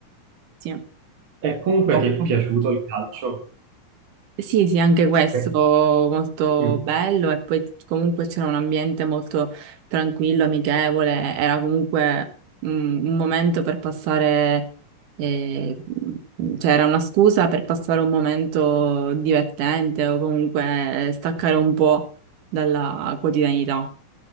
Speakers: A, on the right; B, on the right.
A: sì.
B: E comunque
A: Purtroppo.
B: ti è piaciuto il calcio?
A: Sì, sì, anche questo
B: Sì.
A: molto
B: Mm,
A: bello e poi comunque c'era un ambiente molto tranquillo, amichevole, era comunque un, un momento per passare, eh, cioè era una scusa per passare un momento divertente o comunque eh, staccare un po' dalla quotidianità,